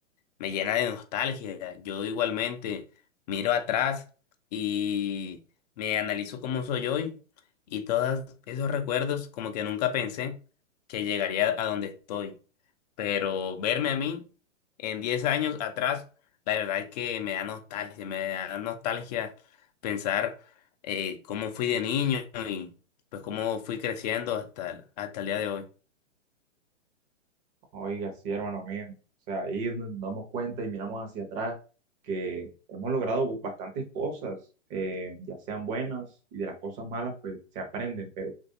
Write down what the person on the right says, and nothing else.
Oiga, sí, hermano mío. O sea, ahí nos damos cuenta y miramos hacia atrás que hemos logrado bastantes cosas, eh, ya sean buenas y de las cosas malas, pues se aprenden, pero